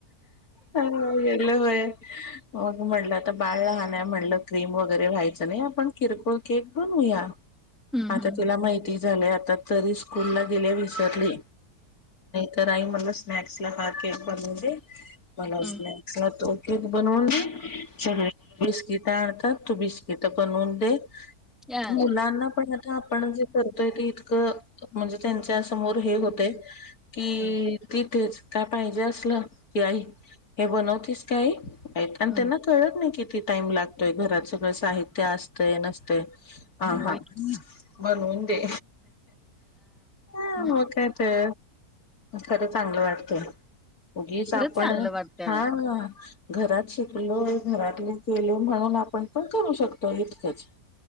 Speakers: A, on the left (about 65°); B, in the centre.
A: होयं. ह <unintelligible> <unintelligible> मंग म्हटलं तरं बाळं लहांन म्हटलं क्रीम वगैरें व्हायचं नाहीं आपणं किरकोळ केक बनूंया.
B: हम्म
A: आंता
B: हम्म हम्म
A: तिला माहिती झालंय आंता तरी स्कूंलला गेले विसरली. क राई मलां स्नाक्स लां हाकेक अे मलां असतं
B: हम्म
A: नाहीं आहे. लां तो केक बनवूंन दे सगळे. बिस्किट आणतांत तूं बिस्किट बनवूंन दे
B: हम्म
A: मुलांना पणं. आपणं जे करतोय ते इतकं म्हणजे त्यांच्या समोर हे होतं. कि
B: हम्म
A: तिथेच कायं पाहिजे असलं की आई हे बनवतेस आई. आणि
B: हम्म
A: त्यांना कळतं नाहीं किती टाईम लागतोय घरांत सगळं साहित्य असते नसते. हां
B: होय
A: हां
B: की.
A: म्हणूंन दे. हं
B: आ
A: मं कायं ते खरं चांगलं वाटतं. उगीच आपणं
B: खरंच चांगलं वाटतंय
A: हां. हां घरांत शिकलो घरांतले गेलं म्हणूंन आपणं पणं करूं शकतो इतकंच. <inaudible> <unintelligible>